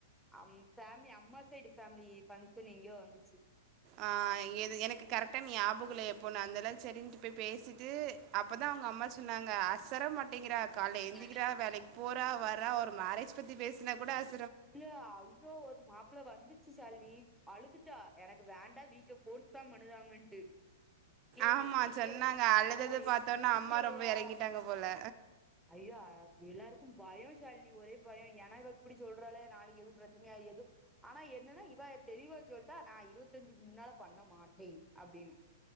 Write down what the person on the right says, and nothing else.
ஆஹ் எது எனக்கு கரெக்டா ஞாபகுல்ல எப்போண்ணு அந்தெல்லா சரின்னுட்டு போய் பேசிட்டு அப்பதா வுங்க அம்மா சொன்னாங்க அசர மாட்டேங்கிறா காலையில எந்திக்கிறா
வேலைக்கு போறா வர்ரா ஒரு மேரேஜ் பத்தி பேசினா கூட அஸ்
ஆமாம்
சொன்னாங்க அழுதது
பார்த்தோன்னா
அம்மா ரொம்ப இறங்கிட்டாங்க போல்